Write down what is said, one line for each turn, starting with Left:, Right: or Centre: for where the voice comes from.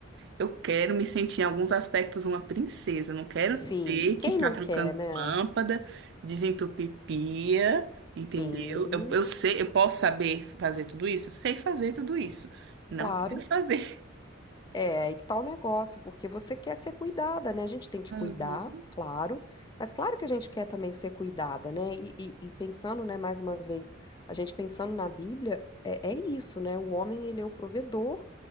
Right: Eu quero me sentir em alguns aspectos uma princesa. Eu não quero
Left: Sim,
Right: ter que
Left: quem
Right: estar
Left: não
Right: trocando
Left: quer, né?
Right: lâmpada, desentupir pia, entendeu?
Left: Sim,
Right: Eu, eu sei, eu posso saber fazer tudo isso? Eu sei fazer tudo isso. Não
Left: claro.
Right: quero fazer.
Left: É, aí que tá o negócio, porque você quer ser cuidada, né? A gente tem que
Right: Uhum.
Left: cuidar, claro, mas claro que a gente quer também ser cuidada, né? E, e- e pensando, né, mais uma vez, a gente pensando na Bíblia, é, é isso, né? O homem, ele é o provedor